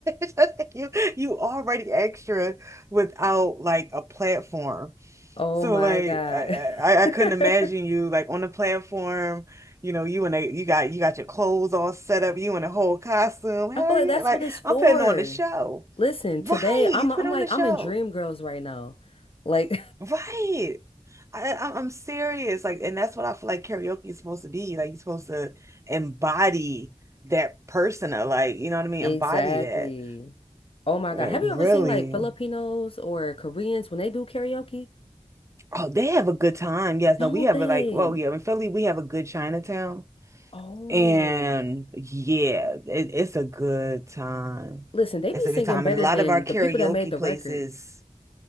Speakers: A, on the right (about 25°); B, on the left (about 50°).
A: <laughs> you, you already extra without like a platform.
B: Oh
A: So
B: my
A: like
B: God.
A: I, I
B: <laughs> I
A: I couldn't imagine you like on the platform, you know, you and a you got you got your clothes all set up, you in a whole costume. Hell
B: feel like
A: yeah,
B: that's
A: like
B: what it's for.
A: I'm putting on the show.
B: Listen,
A: Right,
B: today I'm
A: you put
B: I'm
A: on
B: like
A: the show.
B: I'm in Dream Girls right now. Like
A: Right. I, I I'm serious. Like, and that's what I feel like karaoke is supposed to be. Like you're supposed to embody that persona, like, you know what
B: <laughs>
A: I mean?
B: exactly.
A: Embody that.
B: Oh my
A: Like,
B: God. Have you
A: really.
B: ever seen like Filipinos or Koreans when they do karaoke?
A: Oh, they have a good time. Yes,
B: Don't
A: no, we have
B: they?
A: a like, well, yeah, in Philly, we have a good Chinatown.
B: Oh.
A: And yeah, it, it's a good time.
B: Listen, they
A: It's
B: be singing
A: a good time.
B: better
A: And a lot
B: than
A: of our karaoke
B: the people that made the
A: places,
B: record.